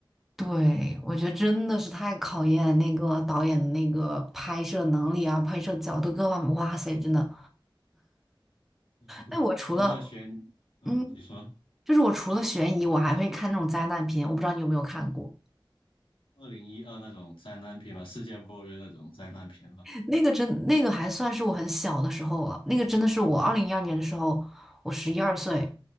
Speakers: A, in the centre; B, on the left.
A: 对，我觉得真的是太考验那个导演的那个拍摄能力啊，拍摄角度各方面，哇塞，真的。
B: <laughs>
A: 哎，我除了
B: 除了悬，嗯，
A: 嗯，
B: 你说
A: 就是我除了悬疑，我还会看那种灾难片，我不知道你有没有看过。
B: 二零一二那种灾难片嘛，世界末日那种灾难片嘛，
A: 那个真那个还算是我很小的时候了，那个真的是我二零一二年的时候，我十一二岁，